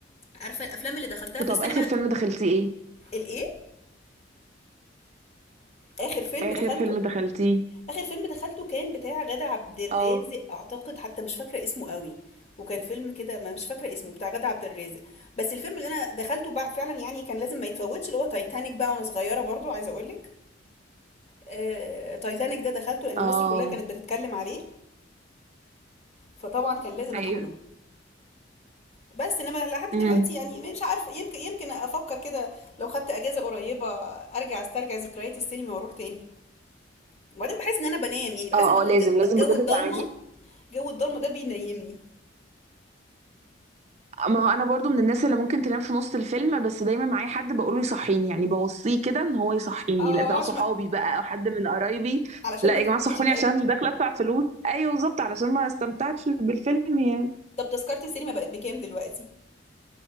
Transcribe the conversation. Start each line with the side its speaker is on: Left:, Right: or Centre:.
Left: عارفه الافلام اللي دخلتها في
Right: طَب
Left: السينما
Right: آخر فيلم دخلتيه إيه؟
Left: الايه اخر فيلم
Right: آخر
Left: دخلته
Right: فيلم دخلتيه؟
Left: اخر فيلم دخلته كان بتاع غادة عبد الرازق
Right: اه
Left: اعتقد حتى مش فاكره اسمه قوي وكان فيلم كده ما مش فاكره اسمه بتاع غادة عبد الرازق بس الفيلم اللي انا دخلته بقى فعلا يعني كان لازم ما يتفوتش اللي هو تايتانيك بقى وانا صغيره برضو عايزه اقول لك آه... تايتانيك ده دخلته لان
Right: اه
Left: مصر كلها كانت بتتكلم عليه فطبعا كان لازم
Right: ايوه
Left: ادخله بس انما لحد
Right: امم
Left: دلوقتي يعني مش عارفه يمكن يمكن افكر كده لو خدت اجازه قريبه ارجع استرجع ذكريات السينما واروح تاني وبعدين بحس ان انا بنام يعني بحس
Right: اه
Left: ان بدخل
Right: اه لازم
Left: ج-
Right: لازم
Left: جو
Right: بجد
Left: الضلمه
Right: تعملي
Left: جو الضلمه ده بينيمني
Right: ما هو انا برضو من الناس اللي ممكن تنام في نص الفيلم بس دايما معايا حد بقوله يصحيني يعني بوصيه كده ان هو يصحيني
Left: اه
Right: لا سواء
Left: عشان
Right: صحابي
Left: ما
Right: بقى او حد من قرايبي
Left: علشان
Right: لا
Left: ما
Right: يا
Left: تفوتكيش
Right: جماعه صحوني
Left: حاجه
Right: عشان انا مش داخله ادفع فلوس ايوه بالظبط علشان ما استمتعتش بالفيلم يعني
Left: طب تذكره السينما بقت بكام دلوقتي